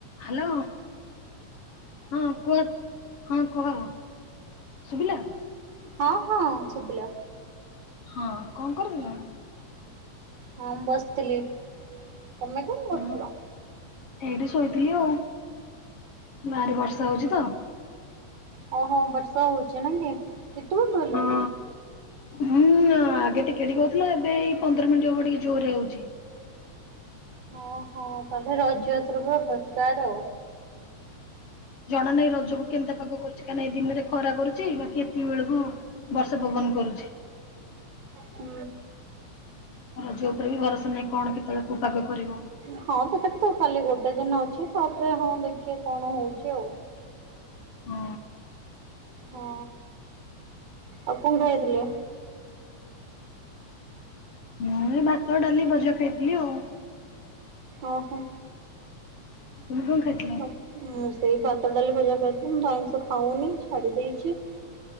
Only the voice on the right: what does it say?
ହଁ ହଁ ଶୁଭିଲା।
ହଁ ମ ବସିଥିଲି ତମେ କଣ
କରୁଥିଲ।
ହ ହ ବର୍ଷା ହଉଚି ନା କି କେତେ ବେଳେଠୁ ହେଲାଣି।
ଓଁ ହୋ ତାହେଲେ ରଜ ଏଥର ପୁରା ପ୍ରକାର।
ହୁଁ।
ହଁ ତଥାପି ତ କାଲି ଗୋଟେ ଦିନ ଅଛି ତାପରେ ହଁ ଦେଖିଆ କଣ ହଉଛି ଆଉ।
ହଁ ଆଉ କଣ ଖାଇଥିଲେ।
ଓହୋ।
ମୁଁ ପ୍ ମୁଁ ସେଇ ଭାତ ଡାଲି ଭଜା ଖାଇଥିଲି ମୁଁ ତ ଆଇଁଷ ଖାଉନି ଛାଡି ଦେଇଚି।